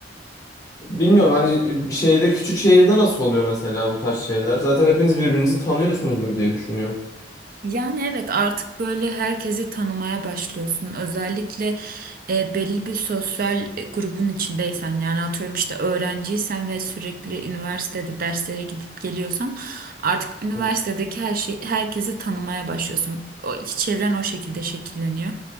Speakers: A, on the left; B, on the right.
A: Bilmiyorum hani şeyde küçük şehirde nasıl oluyor mesela bu tarz şeyler? Zaten hepiniz birbirinizi tanıyorsunuzdur diye düşünüyorum.
B: Yani evet artık böyle herkesi tanımaya başlıyorsun. Özellikle e, belli bir sosyal e, grubun içindeysen yani atıyorum işte öğrenciysen ve sürekli üniversitede derslere gidip geliyorsan artık üniversitedeki
A: Evet.
B: her şey herkesi tanımaya başlıyorsun. O iç çevren o şekilde şekilleniyor.